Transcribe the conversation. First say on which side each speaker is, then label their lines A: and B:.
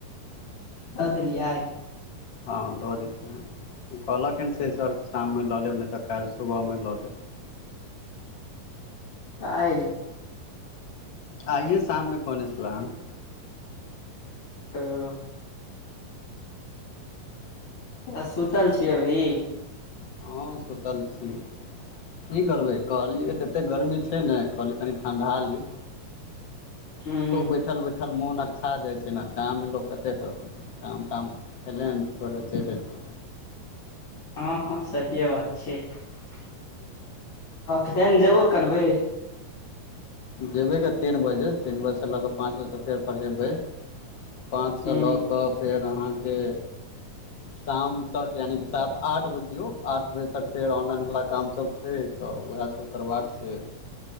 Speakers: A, on the left; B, on the left.
A: द देलीयै
B: हँ दऽ देलियै कहलक ह से सर शाममे लऽ लेब नहि तऽ काल्हि सुबहमे लऽ लेब
A: काल्हि
B: आइए शाममे कने छल‌ए हन
A: तऽ तऽ सुतल छियै अभी
B: हँ सुतल छी की करबै कहलियै एते गर्मी छै ने कहलिय कनि ठण्डा ली
A: हूँ
B: अतो बैठल बैठल देखल मोन अक्छा जाइ छै ने काम लोग कते करतै काम ताम चलै छोड़े चलि अतियै
A: हँ हँ सहिए बात छै तऽ फेन जेबो करबै
B: जेबै क तीन बजे तीन बजेसँ लऽ कऽ पाँच बजे तक फेर पढ़ेबै पांच स
A: हूँ
B: लऽ के फेर अहाँ के शाम तक यानि कि सात आठ बजियौ आठ बजे तक फेर ऑनलाइनवला काम सब छै तऽ वएह सब सब करबाक छै